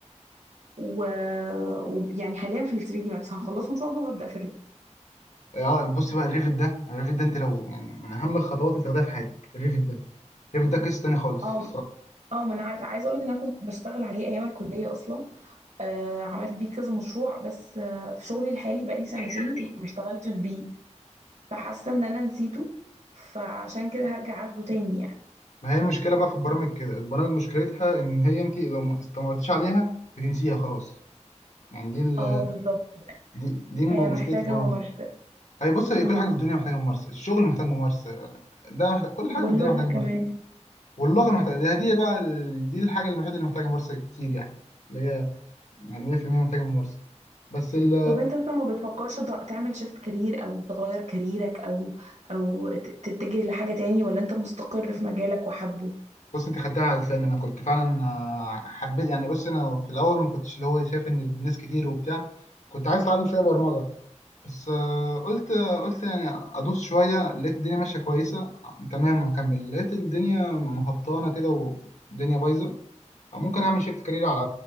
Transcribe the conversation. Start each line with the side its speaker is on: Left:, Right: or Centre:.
Right: ويعني حاليا في ال 3 دي ماكس هخلصه ان شاء الله وهبدا في الريفيجن
Left: اه بص بقى الريفت ده الريفت ده انت لو يعني من اهم الخطوات اللي تاخدها في حياتك الريفت ده الريفت ده قصه تانيه خالص
Right: اه اه ما انا عارفه عايزه اقول لك ان انا كنت بشتغل عليه ايام الكليه اصلا أه عملت بيه كذا مشروع بس أه في شغلي الحالي بقالي سنتين
Left: بقالي سنتين
Right: ما اشتغلتش بيه فحاسه ان انا نسيته فعشان كده هرجع اخده تاني يعني
Left: ما هي المشكله بقى في البرامج كده البرامج مشكلتها ان هي انت لو ما استمرتيش عليها بتنسيها خلاص يعني دي ال...
Right: اه بالظبط
Left: دي, دي مشكله
Right: هي محتاجه
Left: البرامج
Right: ممارسه
Left: هي بص هي
Right: امم
Left: كل حاجه في الدنيا محتاجه ممارسه الشغل محتاج ممارسه ده محتاج... كل حاجه
Right: واللغه
Left: في الدنيا محتاجه
Right: كمان
Left: ممارسه واللغه محتاجه ده دي بقى ال... دي الحاجه الوحيده اللي محتاجه ممارسه كتير يعني اللي هي 100% محتاجه ممارسه بس ال...
Right: طب انت مثلا ما بتفكرش ت- تعمل شيفت كارير او تغير كاريرك او او ت- تتجه لحاجة تاني ولا انت مستقر في مجالك وحبه
Left: بص انت خدتها على لساني انا كنت فعلا آه، حبيت يعني بص انا في الاول ما كنتش اللي هو شايف ان الناس كتير وبتاع كنت عايز اتعلم شويه برمجه بس آه، قلت قلت يعني ادوس شويه لقيت الدنيا ماشيه كويسه تمام هكمل لقيت الدنيا مهبطانه كده والدنيا بايظه ممكن اعمل شيفت كارير على